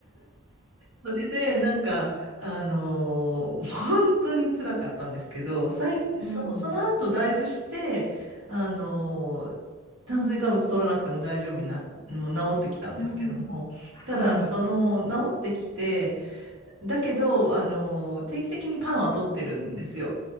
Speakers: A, on the right; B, on the left.
A: それで、なんか、あのー本当に辛かったんですけど、最、
B: うん、
A: そ、その後だいぶして、あの炭水化物取らなくても大丈夫にな、もう治ってきたんですけども、
B: うん。はい。
A: ただ、その、治ってきて、だけど、あの、定期的にパンは取ってるんですよ。